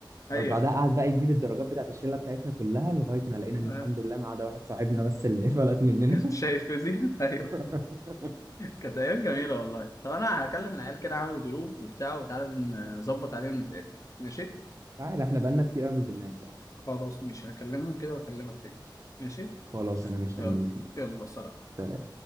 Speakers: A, on the left; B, on the right.
A: ايوه
B: بعدها قعد بقى يجيب الدرجات بتاعت الشله بتاعتنا كلها لغايه ما لقينا ان
A: آه.
B: الحمد لله ما عدا واحد صاحبنا بس اللي <laughs> فلت مننا
A: <laughs> كنت شايل فيزياء <laughs> ايوه
B: <laughs>
A: كانت ايام جميله والله طب انا هكلم العيال كده اعمل جروب وبتاع وتعالى ن- نظبط عليهم نتقابل ماشي
B: تعال احنا بقالنا كتير قوي ما نزلناش صح
A: خلاص مش هكلمهم كده واكلمك تاني ماشي
B: خلاص انا مش
A: يلا
B: هنيك ماشي
A: يلا سلام
B: سلام